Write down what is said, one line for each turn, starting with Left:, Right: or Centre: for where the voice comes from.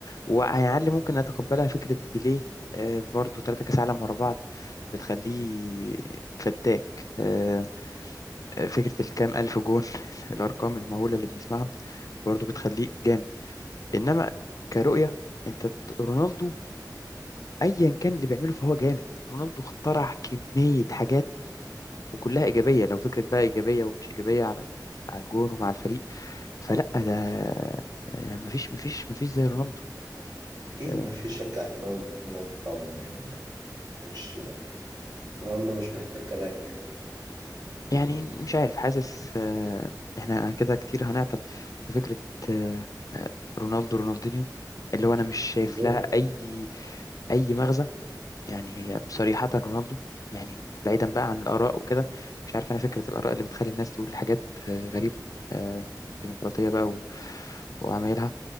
Left: وعلى الاقل ممكن اتقبلها فكرة بيليه آه، برضو ثلاثة كاس عالم ورا بعض بتخليه فتاك آه، فكرة الكام ألف جون <laughs> الأرقام المهولة اللي بنسمعها برضو بتخليه جامد إنما كرؤية أنت ت- رونالدو أيا كان اللي بيعمله فهو جامد رونالدو اخترع كمية حاجات وكلها ايجابيه لو فكره بقى ايجابيه ومش ايجابيه على ال- على الجون ومع الفريق فلا ده آه، مفيش مفيش مفيش زي رونالدو
Right: أكيد
Left: آه،
Right: ما فيش شك على جودة رونالدو طبعا يعني مش رونالدو مش محتاج كلام يعني
Left: يعني مش عارف حاسس آه، احنا كده كتير هنعطل في فكره آه، آه، رونالدو رونالدينيو اللي هو انا مش شايف
Right: بالظبط
Left: لها اي اي مغزى يعني هي صريحه رونالدو يعني بعيدا بقى عن الاراء وكده مش عارف انا فكره الاراء اللي بتخلي الناس تقول حاجات آه، غريبه آه، ديمقراطيه بقى و- وعمايلها